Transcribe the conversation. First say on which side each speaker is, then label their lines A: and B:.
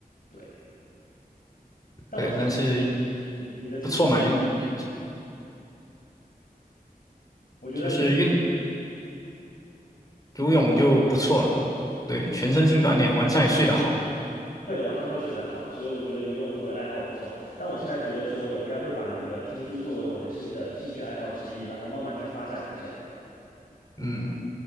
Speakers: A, on the left; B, on the left.
A: 对，但我现在觉得，
B: 对，但是
A: 嗯，你的听说，
B: 不错嘛，运运
A: 我觉得你
B: 就是运游泳就不错，对，全身性锻炼，晚上也睡得好嘛。
A: 对晚上会睡得好，所以我觉得游泳作为爱好不错。但我现在觉得说，我应该会把你的听书作为我的新的兴趣爱好之一，然后慢慢去发展一下。
B: 嗯，